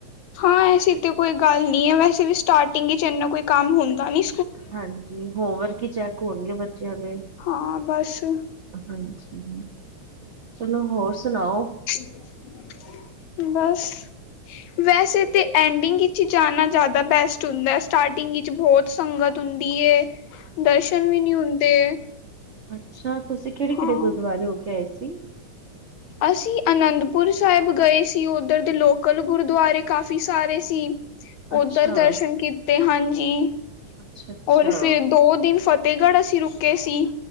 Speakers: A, on the left; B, on the right.
A: ਹਾਂ ਐਸੀੇ ਤੇ ਕੋਈ ਗੱਲ ਨਹੀਂ ਏ ਵੈਸੇ ਵੀ ਸਟਾਰਟਿੰਗ ਚ ਏਨਾ ਕੋਈ ਕੰਮ ਹੋਂਦਾ ਨੀ।
B: ਹਾਂਜੀ ਹੋਂਵਰਕ ਈ ਚੈਕ ਹੋਣਗੇ ਬੱਚਿਆਂ ਦੇ
A: ਹਾਂ ਬਸ
B: ਹਾਂਜੀ, ਚਲੋ ਹੋਰ ਸੁਨਾਔ।
A: <unintelligible> ਬਸ ਵੈਸੇ ਤੇ ਐਂਡਿੰਗ ਚੀ ਜਾਣਾ ਜਾਦਾ ਬੈਸਟ ਹੁੰਦਾ ਸਟਾਰਟਿੰਗ ਵਿੱ ਵਿੱਚ ਬੋਤ ਸੰਗਤ ਹੁੰਦੀ ਏ
B: <inaudible>
A: ਦਰਸ਼ਨ ਵੀ ਨੀ ਹੁੰਦੇ।
B: ਅੱਛਾ ਤੁਸੀਂ ਕੇੜੇ-
A: ਹਾਂ
B: ਕੇੜੇ ਗੁਰਦੁਆਰੇ ਹੋ ਕੇ ਆਏ ਸੀ।
A: ਅਸੀਂ ਆਨੰਦਪੁਰ ਸਾਹਿਬ ਗਏ ਸੀ ਔਧਰ ਦੇ ਲੋਕਲ ਗੁਰਦੁਆਰੇ ਕਾਫ਼ੀ ਸਾਰੇ ਸੀ।
B: ਅੱਛਾ
A: ਔਧਰ ਦਰਸ਼ਨ ਕੀਤੇ ਹਨ ਜੀ,
B: ਅੱਛਾ ਅੱਛਾ
A: ਔਰ ਫੇਰ ਦੋ ਦਿਨ ਫਤ ਤੇਹਗੜ੍ਹ ਅਸੀਂ ਰੁਕੇ ਸੀ